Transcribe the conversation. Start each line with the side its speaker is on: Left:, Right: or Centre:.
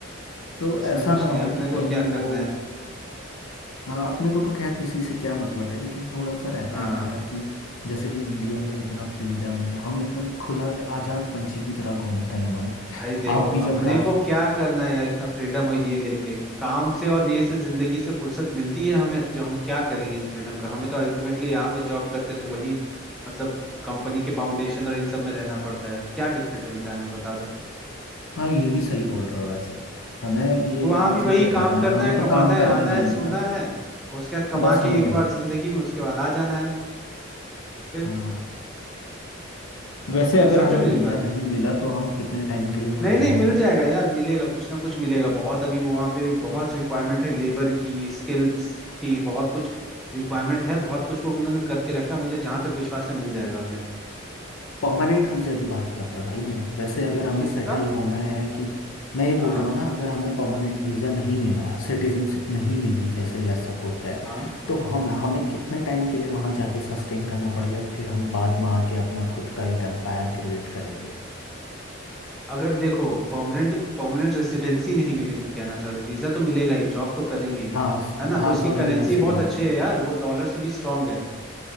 Left: तो
Centre: उसमें
Left: ऐसा
Centre: कुछ
Left: ना
Centre: नहीं है
Left: हो
Centre: अपने
Left: कि
Centre: को
Left: कहीं
Centre: क्या करना
Left: वो
Centre: है
Left: हाँ अपने को तो खैर किसी से क्या मतलब है लेकिन थोड़ा सा रहता
Centre: हाँ
Left: है ना यार कि जैसे कि इंडिया में इतना फ्रीडम है हम एकदम खुला आजाद पंछी की तरह घूमते हैं भाई
Centre: भाई देखो
Left: आप भी जब
Centre: अपने
Left: घर
Centre: को क्या करना है यार इतना फ्रीडम और ये लेके काम से और ये से जिंदगी से फुर्सत मिलती है हमें जो हम क्या करेंगे इन फ्रीडम का हमें तो अल्टीमेटली यहाँ पे जॉब करते तो वही मतलब कंपनी के फाउंडेशन और इन सब में रहना पड़ता है क्या डिफरेंट मिलता है हमें बता दो
Left: हाँ ये भी सही बोल रहे हो वैसे हमें ये
Centre: तो वहां
Left: इनसे
Centre: भी वही
Left: क्या
Centre: काम
Left: करना
Centre: करना
Left: है हम
Centre: है
Left: तो
Centre: कमाना
Left: काम
Centre: है
Left: करने
Centre: आना
Left: जाएंगे
Centre: है सोना
Left: ना
Centre: है और उसके बाद कमा
Left: बस
Centre: के
Left: हो
Centre: एक
Left: गया
Centre: बार जिंदगी में उसके बाद आ जाना है फिर
Left: हाँ वैसे अगर
Centre: समझो
Left: हमें
Centre: मेरी
Left: वीज़ा
Centre: बात
Left: नहीं मिला तो हम कितने टाइम के लिए वहाँ
Centre: नहीं
Left: जाएंगे
Centre: नहीं मिल जाएगा यार मिलेगा कुछ ना कुछ मिलेगा बहुत अभी वो वहाँ पे बहुत रिक्वायरमेंट है लेबर की स्किल्स की बहुत कुछ रिक्वायरमेंट है बहुत कुछ वो उन्होंने करके रखा है मुझे जहां तक विश्वास है मिल जाएगा हमें
Left: परमानेंट वीज़ा की बात कर रहा भाई मैं वैसे अगर हमें
Centre: किसका
Left: सेटल होना है कि मैं ये
Centre: हाँ
Left: बोल रहा हूँ ना अगर हमें परमानेंट वीज़ा नहीं मिला सिटीजनशिप नहीं मिली जैसे लेट्स सपोज दैट
Centre: हाँ
Left: तो हम हमें कितने टाइम के लिए वहाँ जाके सस्टेन करना पड़ेगा फिर हम बाद में आके अपना खुद का एक एम्पायर क्रिएट करेंगे
Centre: अगर देखो परमानेंट परमानेंट रेसिडेंसी नहीं मिली तुम कहना चाह रहे हो वीजा तो मिलेगा ही जॉब तो करेंगे ही
Left: हाँ
Centre: है ना तो
Left: हाँ
Centre: उसकी
Left: सॉरी
Centre: करेंसी
Left: रेसिडेंसी
Centre: बहुत अच्छी है यार वो डॉलर से भी स्ट्रांग है